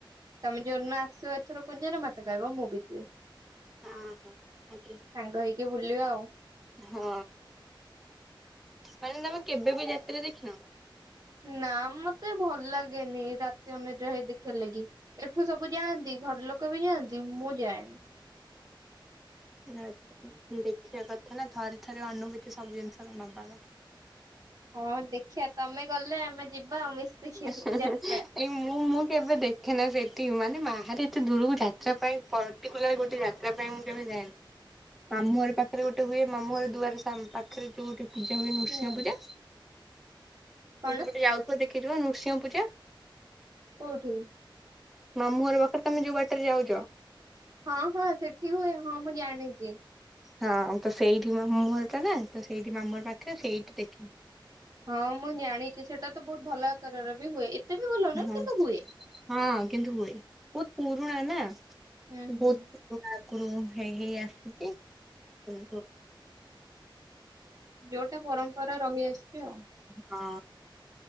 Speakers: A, on the right; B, in the centre.
A: ତମେ ଯୋଉଁ ଦିନଆସିବ ଏଥର ପୂଜାରେ ମତେ କହିବ ମୁଁ ବି ଯିବି।
B: ହଁ ହଁ ଆଜ୍ଞା।
A: ସାଙ୍ଗ ହେଇକି ବୁଲିବା ଆଉ।
B: ହଁ ମାନେ ତମେ କେବେ ବି ଯାତ୍ରଦେଖିନ?
A: ନା ମତେ ଭଲ ଲାଗେନି ରାତି ଅନିଦ୍ରା ହେଇ ଦେଖିବା ଲାଗି। ଏଠୁ ସବୁ ଯାଆନ୍ତି ଘର ଲୋକ ବି ଯାଆନ୍ତି ମୁଁ ଯାଏନି।
B: ଆଛା ଦେଖିବା କଥା ନା ଥରେ ଥରେ ଅନୁଭୂତି ସବୁ ଜିନିଷସରେନବା କଥା।
A: ହଁ ଦେଖିବା ତମେ ଗଲେ ଆମେ ଯିବା ଆଉ ମିଶିକି।
B: <inaudible>
A: ଯାତ୍ରା।
B: ଏଇ ମୁଁ ମୁଁ କେବେ ଦେଖେନା ସେଠି ମାନେ ବାହାରେ ଏତେ ଦୂରକୁ ଯାତ୍ରା ପାଇଁ। ପଟିକୁଲାର ଗୋଟେ ଯାତ୍ରା ପାଇଁ ମୁଁ କେବେ ଯାଏନି। ମାମୁଁ ଘର ପାଖରେ ଗୋଟେ ହୁଏ ମାମୁଁ ଘର ଦୁଆରେ ସାମ୍ନା ପାଖରେ ଯୋଉଠି। ପୂଜା ହୁଏ ନୃସିଂହ
A: ହୁଁ
B: ପୂଜା ତ
A: କଣ
B: ସେପଟେ ଯାଉଥିବ ଦେଖିଥିବ ନୃସିଂହ ପୂଜା।
A: କୋଉଠିକି?
B: ମାମୁଁ ଘର ପାଖରେ ତମେ ଯୋଉ ବାଟରେ ଯାଉଛ।
A: ହଁ ହଁ ସେଠି ହୁଏ ହଁ ମୁଁ ଜାଣିଛି।
B: ହଁ ତ ସେଇଠି ମାମୁଁଘର ଟା ନା ତ ସେଇଠି ମାମୁର ପାଖରେ ସେଇଠି ଦେଖିବ।
A: ହଁ ମୁଁ ଜାଣିଚି ସେଏଟା ତ ବହୁତ ଭଲ ଆକାରରେ ବି ହୁଏ। ଏତେ ବି ଭଲ ନୁହେଁ
B: ହଁ
A: କିନ୍ତୁ ହୁଏ।
B: ହଁ କିନ୍ତୁ ହୁଏ ବହୁତ ପୁରୁଣା ନା
A: ହୁଁ
B: ବହୁତ
A: ହୁଁ।
B: ବହୁତ ଆଗରୁ ହେଇ ହେଇ ଆସିକି <unintelligible>
A: ଯୋଉଟା ପରମ୍ପରା ରହିଆସଛି ଆଉ।
B: ହଁ।